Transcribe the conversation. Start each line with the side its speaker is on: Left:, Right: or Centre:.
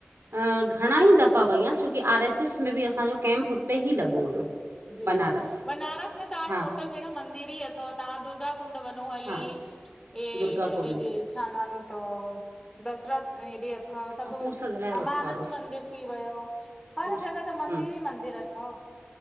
Right: अ घणा ई दफ़ा वई आया। छोकी आर एस एस में बि असाजो कैम्प हुते ही लॻो हुयो।
Left: जी,
Right: बनारस
Left: जी बनारस में तव्हां
Right: हा
Left: टोटल भेण। मंदिर ई अथव तव्हां दुर्गा कुड वञो हली।
Right: हा
Left: इॾ
Right: दुर्गा कुंड
Left: छानवालो त दशराथ हेॾे अथव सभु
Right: अपूर सां ॻाल्हाए वठो
Left: अमानस
Right: वारो
Left: मंदिर थी वियो। हर
Right: हम्म
Left: जॻह त मंदिर ई मंदिर अथव।